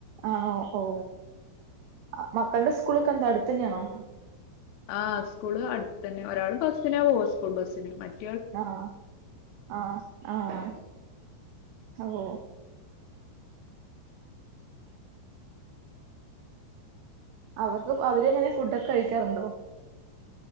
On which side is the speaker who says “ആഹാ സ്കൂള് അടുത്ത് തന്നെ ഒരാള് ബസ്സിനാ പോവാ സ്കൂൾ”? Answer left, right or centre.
Left